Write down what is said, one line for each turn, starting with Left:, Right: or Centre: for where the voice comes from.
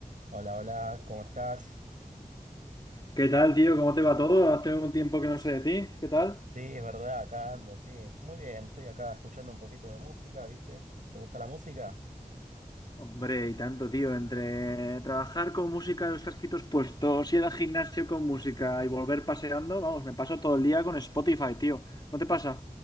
Right: Hola, hola, ¿cómo estás?
Left: ¿Qué tal, tío? ¿Cómo te va todo? Hace un tiempo que no sé de ti. ¿Qué tal?
Right: Sí, es verdad, acá ando, sí. Muy bien, estoy acá escuchando un poquito de música, ¿viste? ¿Te gusta la música?
Left: Hombre, y tanto, tío, entre trabajar con música los casquitos puestos, ir al gimnasio con música y volver paseando, vamos, me paso todo el día con Spotify, tío. ¿No te pasa?